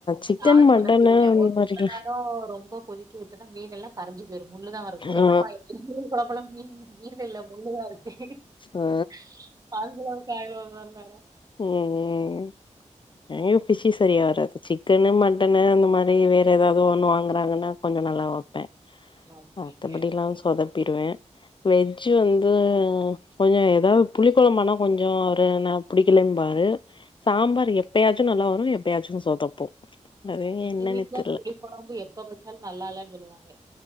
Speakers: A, on the left; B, on the right.
A: சிக்கன்
B: நானு சொதப்பிருவே
A: மட்டனு இன்
B: ஒரு
A: மாரி
B: சில நேரோ ரொம்ப கொதிக்க விட்டன்னா மீனெல்லா கரஞ்சு போய்ரு முள்ளுதாருக்கு
A: ஆ
B: என்னம்மா இது கொல கொலன் மீனெங்க மீனில்ல முள்ளுதாருக்கு <inaudible>
A: ஆ
B: <unintelligible> இருந்தாரா
A: ம் ம் ம் எனக்கு ஃபிஷ்ஷு சரியா வராது சிக்கனு மட்டனு அந்த மாரி வேற எதாவ்து ஒன்னு வாங்குறாங்கன்னா கொஞ்சொ நல்லா வப்பே
B: நல்லா இருக்கீங்க
A: மத்தபடில்லா சொதப்பிருவே வெஜ்ஜு வந்து கொஞ்சொ எதாவ் புளி கொழம்பானா கொஞ்சொ அவரு ந புடிக்கலேம்பாரு சாம்பாரு எப்பயாச்சு நல்லா வரு எப்பயாச்சு சொதப்பு அது
B: எங்க
A: என்னன்னு
B: வீட்ல
A: தெர்ல
B: புளி கொழம்பு எப்ப வச்சாலு நல்லா இல்ல சொல்வாங்க